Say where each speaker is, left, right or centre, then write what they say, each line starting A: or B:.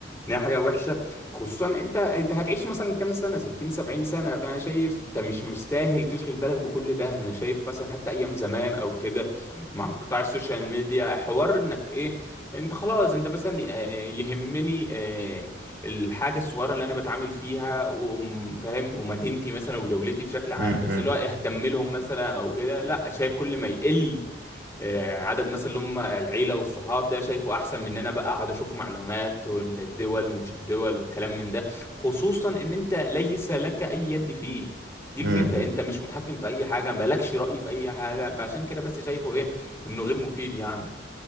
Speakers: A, on the left; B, on the right.
A: ان هي حاجه وحشه خصوصا انت انت هتعيش مثلا كام سنه 60 70 سنه فانا شايف انت مش مستاهل تشغل بالك بكل ده انا شايف مثلا حتى ايام زمان او كده مع انقطاع السوشيال ميديا حوار انك ايه انت خلاص انت مثلا آه، يهمني آه، الحاجه الصغيره اللي انا بتعامل فيها وفاهم ومدينتي مثلا ودولتي بشكل عام
B: امم
A: بس
B: إمم،
A: اللي هو اهتم لهم مثلا او كده لا شايف كل ما يقل آه، عدد مثلا اللي هم العيله والصحاب ده شايفه احسن من ان انا بقى اقعد اشوف معلومات والدول ومش الدول والكلام من ده خصوصا ان انت ليس لك اي يد فيه دي الفكره
B: إمم، إمم.
A: انت مش متحكم في اي حاجه مالكش راي في اي حاجه فعشان كده بس شايفه ايه انه غير مفيد يعني